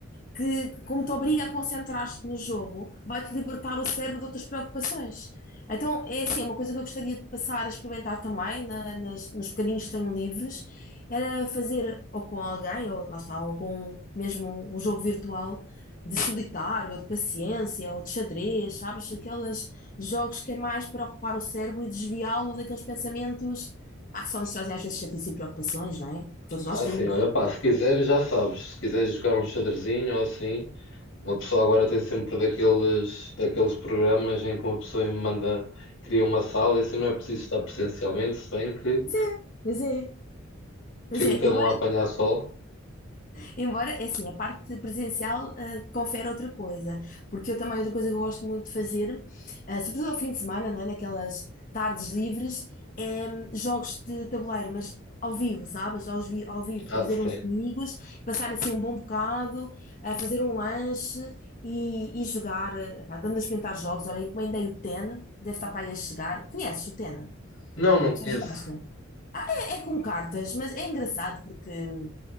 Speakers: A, on the left; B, on the left.
A: que, como te obriga a concentrar-te no jogo, vai-te libertar o cérebro de outras preocupações. Então, é assim, é uma coisa que eu gostaria de passar a experimentar também, na- nas, nos bocadinhos que tenho livres, era fazer ou com alguém, ou lá está, ou com mesmo um jogo virtual de solitário, ou de paciência, ou de xadrez, sabes? Aqueles jogos que é mais para ocupar o cérebro e desviá-lo daqueles pensamentos. Ah, que só nos trazem às vezes chatice e preocupações, não é? Que todos nós
B: Ah,
A: temos.
B: sim, olha pá, se quiseres já sabes, se quiseres jogar um xadrezinho ou assim, uma pessoa agora tem sempre daqueles, daqueles programas em que uma pessoa me manda, cria uma sala, e assim não é preciso estar presencialmente, se bem que
A: Pois é, pois é. Pois
B: fica
A: é,
B: cada
A: embora
B: um a apanhar sol.
A: Embora, é assim, a parte presencial, ah, confere outra coisa, porque eu também, outra coisa que eu gosto muito de fazer, ah, sobretudo ao fim de semana, né, naquelas tardes livres, é hum, jogos de tabuleiro, mas ao vivo, sabes? Aos vi- ao vivo,
B: Ah,
A: trazer
B: sim.
A: uns amigos, passar assim um bom bocado, ah, fazer um lanche e, e jogar, ah, pá, dando a experimentar jogos. Olha, encomendei o Tena, deve estar para aí a chegar. Conheces o Tena?
B: Não, não
A: Já
B: conheço.
A: jogaste? Ah, é, é com cartas, mas é engraçado porque hum,